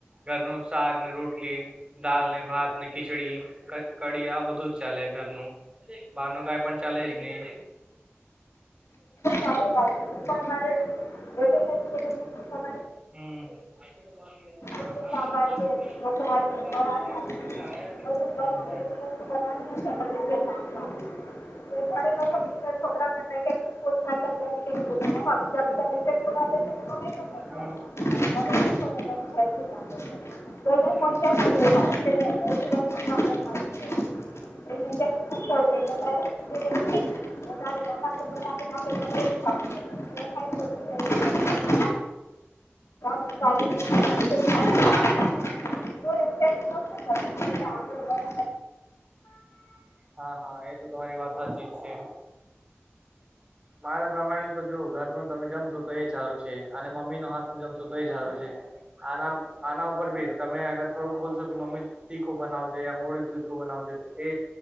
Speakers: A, on the right; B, on the left.
A: ઘરનું શાક ને રોટલી. દાલને ભાતને ખીચડી, ક કઢી આ બધું જ ચાલે ઘરનું. બહારનું કાઈ પણ ચાલે જ નહીં.
B: <unintelligible> લાગે હું પણ મારે બે ત્રણ <inaudible>
A: હમ્મ.
B: ઇડલી
A: હમ્મ
B: સાંભાર છે કે ઢોકળા છે પરાઠા
A: હમ્મ.
B: છે બધું ઘરનું હેલ્ધી બનાવીને <inaudible> ઘણી વખત બીજા છોકરાઓને પેકેટ <unintelligible> <unintelligible>
A: હમ
B: <inaudible>
A: હમ
B: <unintelligible> વધારે મગજ ઉપર આવીને <inaudible> એજ થાવાનુ છે પછી <inaudible> <inaudible> તો ય <inaudible>
A: હમ હમ
B: જે ને આકડો <inaudible>
A: હા હા એ તો તમારી વાત હાચી જ છે. મારા પ્રમાણે તો જો ઘરનું તમે જમશો તો એ સારું છે અને મમ્મીના હાથનું જમશો તો એ સારું છે. આના આના ઉપર ભી તમે અગર થોડુંક બોલશો મમ્મી તીખું બનાવજે યા મોડું તીખું બનાવજે તો એ